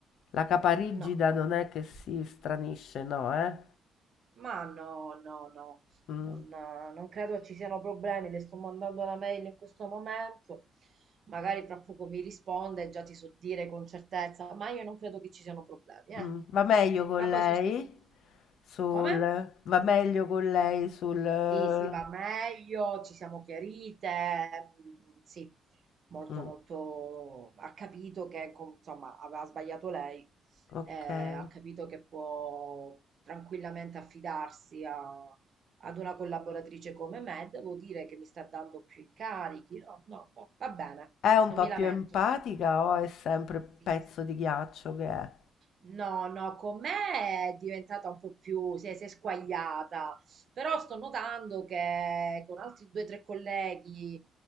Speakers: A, on the left; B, on the right.
A: La caparigida
B: no, no.
A: non è che si stranisce, no, eh?
B: Ma no, no, no.
A: Mh,
B: Non, eh, non credo ci siano problemi. Le sto mandando la mail in questo momento. Magari fra poco mi risponde e già ti so dire con certezza. Ma io non credo che ci siano problemi,
A: mh.
B: eh.
A: Va meglio con
B: Ma
A: lei?
B: poi sost-
A: Sul
B: Come?
A: va meglio con lei sul eh,
B: Sì, sì, va meglio, ci siamo chiarite, mm, sì, molto,
A: mh,
B: molto, ha capito che, com- insomma, aveva sbagliato lei,
A: okay.
B: eh, ha capito che può tranquillamente affidarsi a- ad una collaboratrice come me, devo dire che mi sta dando più incarichi, no, no, no, va bene,
A: È un
B: non
A: po'
B: mi lamento.
A: più empatica o è sempre pezzo
B: Sì, sì.
A: di ghiaccio che è?
B: No, no, con me è diventata un po' più, si è, si è squagliata, però sto notando che con altri due o tre colleghi